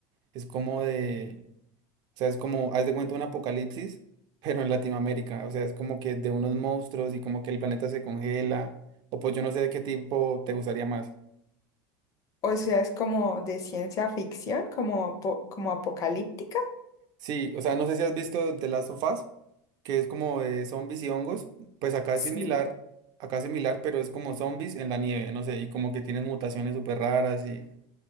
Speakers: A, on the right; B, on the left.
A: Es como de, o sea, es como, haz de cuenta un apocalipsis, pero en Latinoamérica. O sea, es como que de unos monstruos y como que el planeta se congela. O pues yo no sé de qué tipo te gustaría más.
B: O sea, es como de ciencia ficción, como, apo- como apocalíptica.
A: Sí, o sea, no sé si has visto The Last of Us, que es como de zombies y hongos. Pues acá es
B: Sí.
A: similar, acá es similar, pero es como zombies en la nieve, no sé, y como que tienen mutaciones súper raras y,